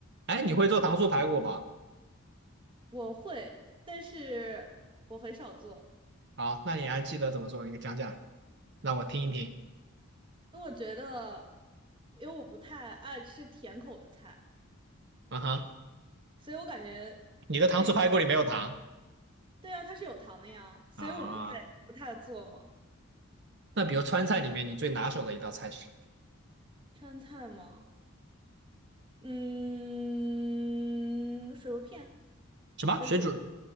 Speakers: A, on the right; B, on the right.
A: 哎，你会做糖醋排骨吧？
B: 我会，但是我很少做，
A: 好，那你还记得怎么做？你讲讲，让我听一听。
B: 因为我觉得，因为我不太爱吃甜口的菜，
A: 啊哈，
B: 所以我感觉对，
A: 你的糖醋排骨里没有糖
B: 对啊，它是有糖的呀，所以我不太不太做嘛。
A: 啊？那比如川菜里面你最拿手的一道菜是
B: 川菜吗？嗯，水肉片，
A: 什么？
B: 水煮，
A: 水煮？